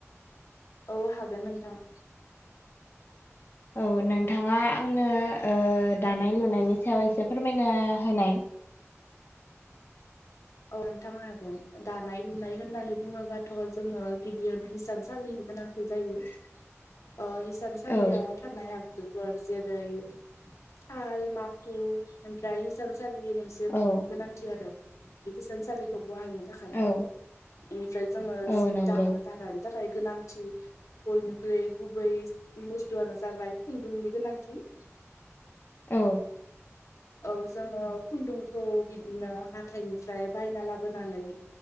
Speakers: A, on the left (about 80°); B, on the left (about 45°).
A: औ हागोन नोंथां।
B: औ नोंथाङा आंनो ओ दानाय लुनायनि सायाव एसे फोरमायनो होनाय।
A: औ नोंथां हागोन दानाय लुनाय होननानै बुङोबाथ' जोङो गिबियावनो हिसान सालिनि गोनां जायो।
B: <inaudible>
A: ओ हिसानसालियाव
B: औ
A: थानाय आगजु। जेरै थाल माखु ओमफ्राय इसानसालि। <unintelligible>
B: औ
A: गोनांथि आरो इसान सानसालिखौ बहायनो थाखाय
B: औ
A: एनिफ्राय जोङो
B: औ
A: जि
B: नंगौ
A: दान दारान। थाखाय गोनांथि बयनिख्रुइ गुबै बुस्थुआनो जाबाय। खुन्दुंनि गोनांथि। <inaudible>
B: औ
A: औ जोङो खुन्दुंखौ बिदिनो हाथाइनिफ्राय बायना लाबोनानै